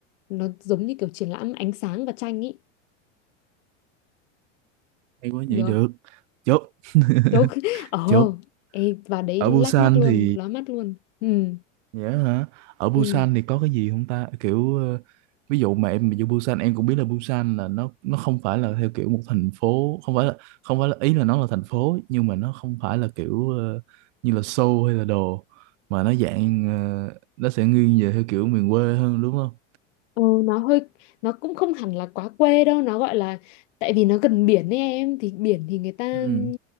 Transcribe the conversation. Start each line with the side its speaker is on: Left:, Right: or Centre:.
Left: nó giống như kiểu triển lãm ánh sáng và tranh ý
Right: hay quá
Left: được
Right: nhảy được
Left: không?
Right: chốt <laughs>
Left: Chốt. <laughs> Ồ,
Right: chốt
Left: ê, và đấy
Right: ở
Left: lác
Right: Busan
Left: mắt luôn,
Right: thì
Left: lóa mắt luôn. Ừ.
Right: Dạ hả? Ở Busan
Left: Ừ.
Right: thì có cái gì không ta? Kiểu ờ, ví dụ mà em ví Busan em cũng biết là Busan là nó nó không phải là theo kiểu một thành phố, không phải là không phải là ý là nó là thành phố nhưng mà nó không phải là kiểu ờ, như là Seoul hay là đồ mà nó dạng ờ, nó sẽ nghiêng về theo kiểu miền quê hơn đúng không?
Left: Ừ, nó hơi nó cũng không hẳn là quá quê đâu nó gọi là tại vì nó gần biển ấy em thì biển thì người ta
Right: Ừ.
Left: ừm,